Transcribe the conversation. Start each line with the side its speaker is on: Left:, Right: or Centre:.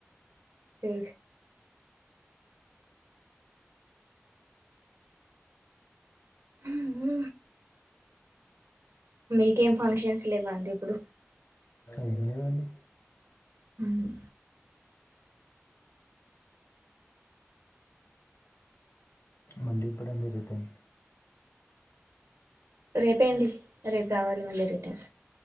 Right: ఏ ఉమ్మ్ మీకేం ఫంక్షన్స్ లేవా అండి ఇప్పుడు
Left: ఏం లేవండి
Right: ఉమ్
Left: మళ్లీ ఎప్పుడు అండి రిటర్న్
Right: రేపే అండి రేపు రావాలి మళ్ళీ రిటర్న్